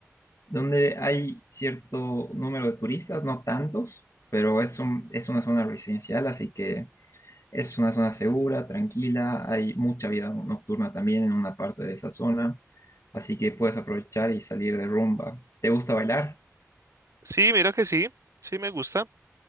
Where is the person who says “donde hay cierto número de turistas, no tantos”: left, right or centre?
Left